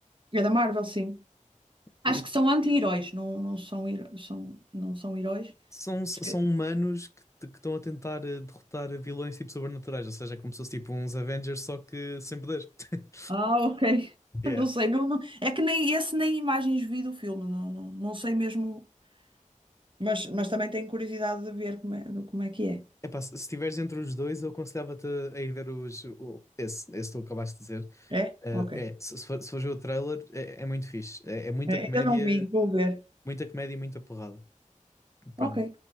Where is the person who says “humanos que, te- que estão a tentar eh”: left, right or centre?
Left